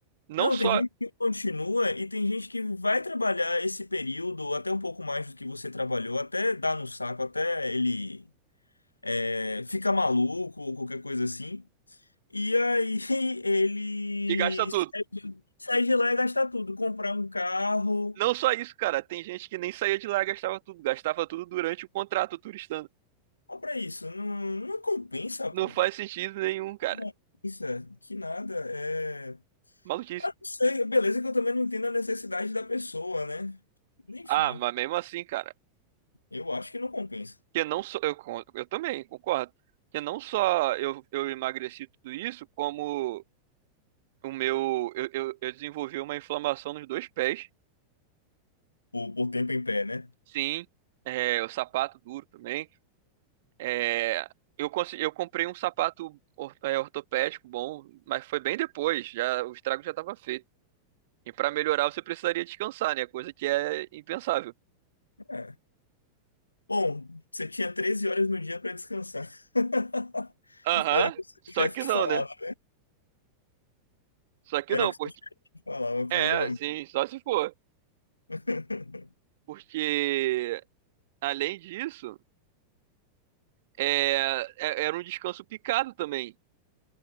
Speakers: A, on the right (about 55°); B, on the left (about 75°).
A: Não
B: não,
A: só
B: tem gente que continua e tem gente que vai trabalhar esse período até um pouco mais do que você trabalhou, até dar no saco, até ele é, fica maluco ou qualquer coisa assim. E aí <laughs> ele
A: e gasta tudo.
B: sai de sai de lá e gasta tudo, comprar um carro,
A: Não só isso, cara, tem gente que nem saía de lá e gastava tudo, gastava tudo durante o contrato turistando.
B: compra isso. Não, não compensa,
A: Não
B: pô.
A: faz sentido nenhum, cara.
B: Não compensa, que nada. é
A: Maluquice.
B: Ah, não sei, beleza que eu também não entendo a necessidade da pessoa, né? Enfim,
A: Ah, mas mesmo assim, cara,
B: eu acho que não compensa.
A: que não só eu, con- eu também concordo que não só eu, eu emagreci tudo isso como o meu eu, eu, eu desenvolvi uma inflamação nos dois pés
B: Por, por tempo em pé, né?
A: sim é, o sapato duro também é, eu consegui, eu comprei um sapato or- é, ortopédico bom mas foi bem depois já o estrago já estava feito e para melhorar você precisaria descansar né coisa que é impensável
B: É. Bom, você tinha 13 horas no dia para descansar. <laughs>
A: Aham,
B: Era o que o seu
A: só
B: chefe
A: que
B: te
A: não
B: falava.
A: né só que
B: Era
A: não
B: o que
A: porque
B: o seu chefe falava, provavelmente.
A: é sim só se for
B: <laughs>
A: porque Além disso, É, é- era um descanso picado também,